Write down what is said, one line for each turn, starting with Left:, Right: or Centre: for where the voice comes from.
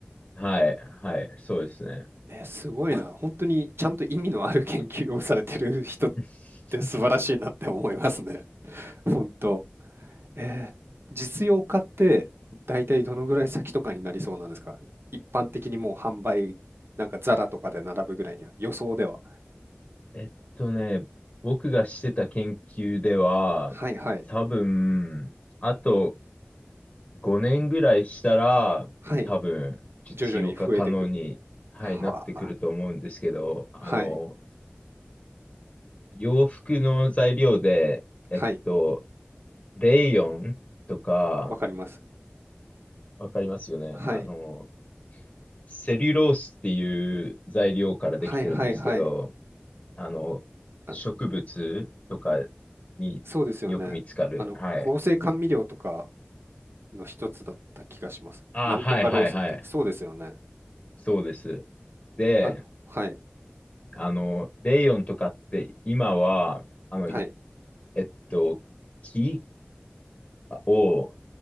Left: はい、はい、そうですね。
Right: えー、すごいな。<laughs> 本当にちゃんと意味のある研究をされてる人っ
Left: <laughs>
Right: て素晴らしいなって思いますね。<laughs> 本当。えー、実用化って大体どのぐらい先とかになりそうなんですか一般的にもう販売、なんかザラとかで並ぶぐらいには、予想では。
Left: えっとね、僕がしてた研究では、
Right: はいはい。
Left: 多分、あと、5年ぐらいしたら、
Right: はい。
Left: 多分、実用化可能に、
Right: 徐々に増えてくる。
Left: はい、
Right: はあ。
Left: なってくると思うんですけど、あの、
Right: はい。
Left: 洋服の材料で、
Right: はい、
Left: えっと、レイヨンとか、
Right: わかります。
Left: わかりますよね。
Right: はい。
Left: あの、セリュロースっていう材料からできてるんですけど、
Right: はいはいはい。
Left: あの、
Right: あの、
Left: 植物とかによく見つかる。
Right: そうですよね。あの、
Left: はい。
Right: 合成甘味料とかの一つだった気がします。
Left: あ、
Right: なんとかロースって、
Left: はいはいはい。
Right: そうですよね。
Left: そうです。で、
Right: あの、はい、
Left: あの、レイヨンとかって今は、あの、
Right: はい、
Left: いえっと、木を、